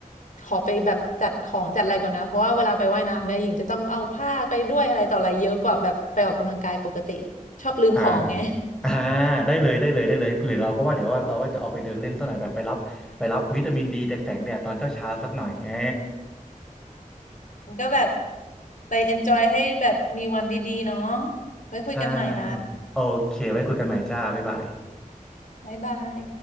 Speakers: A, on the left; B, in the centre.
A: ขอไปแบบจัดของจัดอะไรก่อนนะเพราะว่าเวลาไปว่ายน้ำเนี่ยหญิงจะต้องเอาผ้าไปด้วยอะไรต่ออะไรเยอะกว่าแบบไปออกกำลังกายปกติชอบลืมของไง
B: อ่าอ่าได้เลยได้เลย ได้เลย หรือเราก็ว่าเดี๋ยวว่าเราว่าจะออกไปเดินเล่นสักหน่อยแบบไปรับ ไปรับวิตามินดีจากแสงแดดตอนเช้าเช้าสักหน่อยเออ
A: <laughs> มันก็แบบไป enjoy ให้แบบมีวันดีๆเนาะ
B: <laughs>
A: ไว้คุยกันใหม่ละ
B: ใช่ โอเค ไว้คุยกันใหม่จ้า บ๊ายบาย
A: บ๊ายบาย